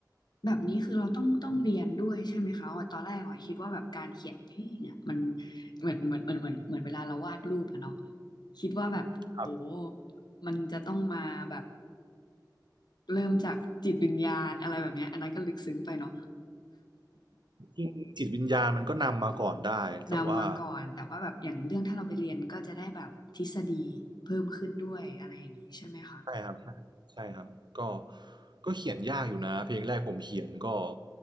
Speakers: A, on the left; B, on the right.
A: แบบนี้คือเราต้องต้องเรียนด้วยใช่ไหมคะอ๋อตอนแรกอ๋อคิดว่าแบบการเขียนเพลงอ่ะมันเหมือนเหมือนเหมือนเหมือนเหมือนเวลาเราวาดรูปอะเนาะคิดว่าแบบโอ้
B: ครับ
A: มันจะต้องมาแบบเริ่มจากจิตวิญญาณอะไรแบบเนี้ยอันนั้นก็ลึกซึ้งไปเนาะ
B: จริงจิตวิญญาณมันก็นำมาก่อนได้แต่ว่า
A: <laughs> นำมาก่อน แต่ว่าแบบอย่างเรื่องถ้าเราไปเรียนก็จะได้แบบทฤษฎีเพิ่มขึ้นด้วยอะไรอย่างนี้ใช่ไหมคะ
B: ใช่ครับใช่ครับก็ก็เขียนยากอยู่นะเพลงแรกผมเขียนก็